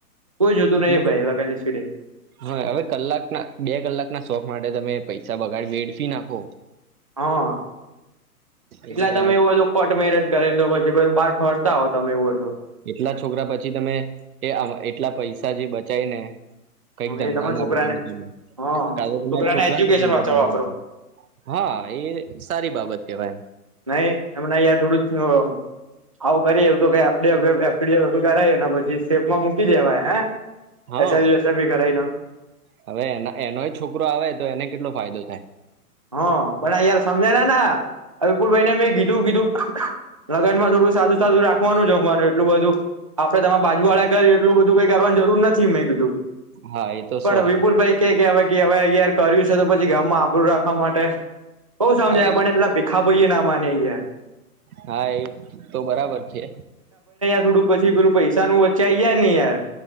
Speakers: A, on the right; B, on the right.
A: કોઈ જોતું
B: અમને
A: નહી ભાઈ
B: તો
A: લગનની સીડી
B: હા હવે કલાકના બે કલાકના શોખ માટે તમે પૈસા બગાડી વેડફી નાખો
A: હા
B: એટલે
A: એટલા તમે એવું બધું કોટ મેરેજ કરીને તો પછી કોઈક બહાર ફર તા હો તમે એવું હોય તો
B: એટલા છોકરા પછી તમે એ આ એટલા પૈસા જે બચાય ને
A: તો
B: કઈક
A: હ
B: ધંધામાં
A: એ તમે છોકરાને
B: રોકાણ
A: હ
B: કાયમ ના છોકરાને
A: એજ્યુકેશન
B: ધંધો
A: વાંચવા
B: કરવા
A: વાપરો
B: છે. હા એ સારી બાબત કેવાય એમ.
A: નહી એમણા અયા થોડું જ અ આવું કરીએ એવું બધું કે એફડી કરાવને પછી સેફમાં મૂકી દેવાય હે
B: હા
A: એસા ભી વૈસા ભી કરાય ના
B: હવે એના એનોય છોકરો આવે તો એને કેટલો ફાયદો થાય.
A: હ પણ આ યાર સમજાય ના ના અલકુલ ભાઈને મેં કીધું કીધું લગનમાં થોડું સાદું સાદું રાખવાનું જમવાનું એટલું બધું આપડે તમારા બાજુ વાળા કર્યુ એટલું બધું કઈ કરવાનું જરૂર નથી મે કીધું
B: હા એ તો
A: પણ
B: સો ટકા
A: વિપુલ ભાઈ કે અવે કેવાય તયાર કર્યું છે તો પછી ગામમાં આપણુ રાખવા માટે બોવ સમજાવયા
B: હા એ
A: પણ એટલા ભીખા ભઈએ ના માની ગીયા.
B: હા એ તો બરાબર છે.
A: થોડું પછી પેલું પૈસાનું વચે આવી જાય ને યાર